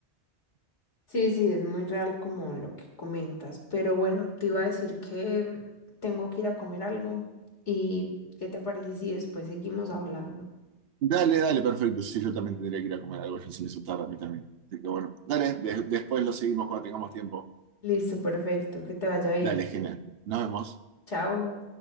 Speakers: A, on the left; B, on the right.
A: Sí, sí, es muy real como lo que comentas, pero bueno, te iba a decir que mm, tengo que ir a comer algo y ¿qué te parece si después seguimos hablando?
B: Dale, dale, perfecto. Sí, yo también tendría que ir a comer algo, ya se me hizo tarde a mí también. Así que bueno, dale, de- después lo seguimos cuando tengamos tiempo.
A: Listo, perfecto, que te vaya bien.
B: Dale, genial. Nos vemos.
A: Chao.